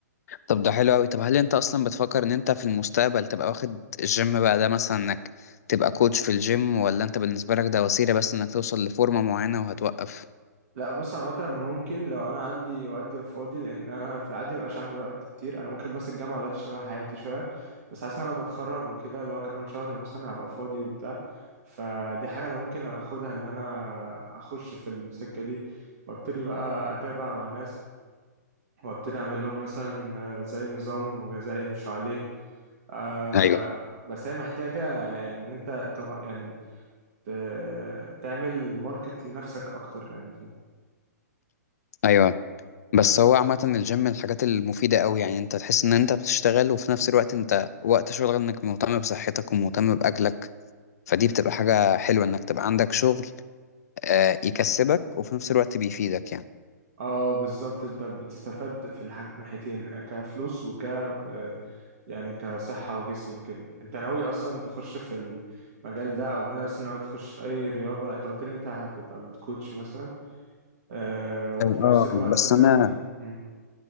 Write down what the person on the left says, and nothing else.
طب ده حلو قوي طب هل انت اصلا بتفكر ان انت في المستقبل تبقى واخد الجيم بقى ده مثلا انك تبقى كوتش في الجيم ولا انت بالنسبة لك ده وسيلة بس انك توصل لفورمة معينة وهتوقف
ايوه
ايوه بس هو عامة الجيم من الحاجات المفيدة أوي يعني أنت تحس إن أنت بتشتغل وفي نفس الوقت أنت وقت شغل إنك مهتم بصحتك ومهتم بأكلك فدي بتبقى حاجة حلوة إنك تبقى عندك شغل آه، يكسبك وفي نفس الوقت بيفيدك يعني
اه
بس
أنا